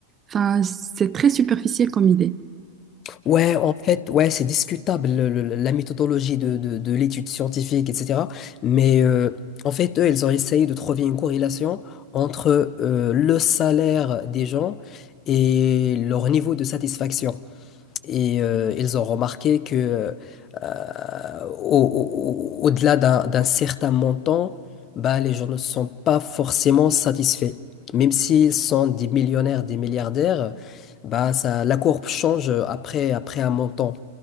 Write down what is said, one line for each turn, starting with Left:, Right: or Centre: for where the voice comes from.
Right: enfin, c'est très superficiel comme idée.
Left: Ouais, en fait, ouais, c'est discutable le- le- la méthodologie de, de- de l'étude scientifique, etc. Mais euh, en fait, eux, ils ont essayé de trouver une corrélation entre euh, le salaire des gens et leur niveau de satisfaction. Et euh, ils ont remarqué que euh, euh, au, au, delà d'un d'un certain montant, bah, les gens ne sont pas forcément satisfaits. Même s'ils sont des millionnaires, des milliardaires, bah, ça, la courbe change après, après un montant.